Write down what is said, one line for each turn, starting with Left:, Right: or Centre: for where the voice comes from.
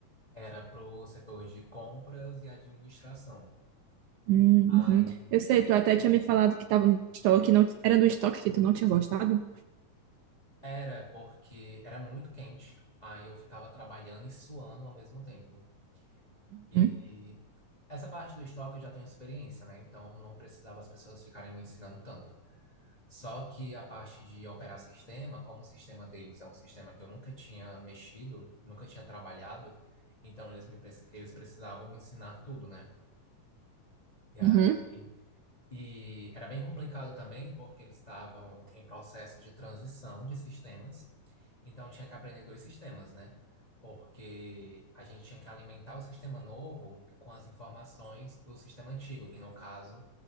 Left: Era pro setor de compras e administração.
Right: Hum,
Left: Aí
Right: uhum. Eu sei, tu até tinha me falado que estava no estoque, não, era do estoque que tu não tinha gostado?
Left: Era porque era muito quente, aí eu ficava trabalhando e suando ao mesmo tempo.
Right: Uhum,
Left: E, e essa parte do estoque eu já tenho experiência, né? Então não precisava as pessoas ficarem me ensinando tanto. Só que a parte de operar sistema, como o sistema deles é um sistema que eu nunca tinha mexido, nunca tinha trabalhado, então eles me pre- eles precisavam me ensinar tudo, né? E aí
Right: uhum,
Left: E era bem complicado também, porque eles estavam em processo de transição de sistemas, então tinha que aprender dois sistemas, né? Porque a gente tinha que alimentar o sistema novo com as informações do sistema antigo, que no caso,